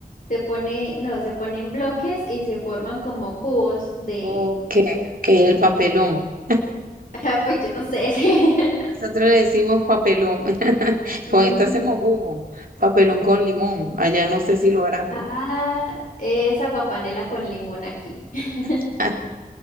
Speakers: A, on the left; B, on the right.
A: Se pone, no, se pone en bloques y se forman como cubos de
B: Ok, ok, el papelón.
A: <laughs> Pues yo no sé. sí. <laughs>
B: Nosotros le decimos papelón. <laughs>
A: Mm.
B: Con esto hacemos jugo. Papelón con limón. Allá no sé si lo harán.
A: Ah, es aguapanela con limón aquí. <laughs>
B: <laughs>